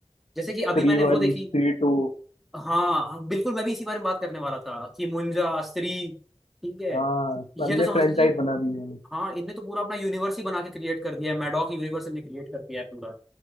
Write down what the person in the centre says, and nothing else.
जैसे कि अभी
मैंने
वो देखी
हाँ हाँ, बिल्कुल मैं भी इसी बारे में बात करने वाला था कि मुंजा स्त्री ठीक है
ये तो समझ
लीजिए
हाँ इनने तो पूरा अपना यूनिवर्स ही बना के क्रिएट कर दिया है मैडॉक यूनिवर्स इनने क्रिएट कर दिया है पूरा